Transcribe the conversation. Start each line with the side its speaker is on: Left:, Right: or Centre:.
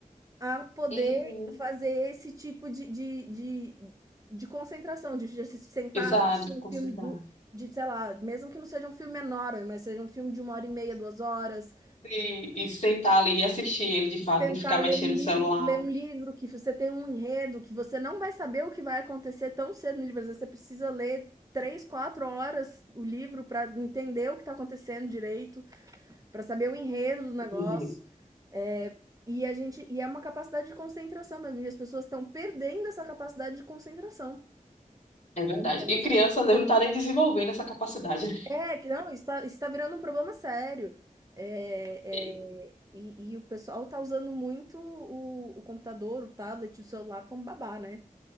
Right: a poder
Left: Uhum.
Right: fazer esse tipo de de de de concentração, de de se sentar,
Left: Exato,
Right: assistir um
Left: consagrar.
Right: filme do de, sei lá, mesmo que não seja um filme enorme, mas seja um filme de uma hora e meia, 2 horas,
Left: E, e sentar ali e assistir ele de fato,
Right: tentar
Left: não ficar mexendo
Right: ler um
Left: no
Right: livro
Left: celular.
Right: ler um livro que você tem um enredo, que você não vai saber o que vai acontecer tão cedo no livro, às vezes você precisa ler 3 4 horas o livro para entender o que está acontecendo direito para saber o enredo do negócio.
Left: Uhum.
Right: É, e a gente e é uma capacidade de concentração mesmo. E as pessoas estão perdendo essa capacidade de concentração.
Left: É verdade.
Right: Então,
Left: E
Right: assim,
Left: crianças, eles não está nem desenvolvendo essa capacidade. né?
Right: É, que não, está está virando um problema sério. É,
Left: É,
Right: é, e, e o pessoal tá usando muito o, o computador, o tablet, o celular como babá, né?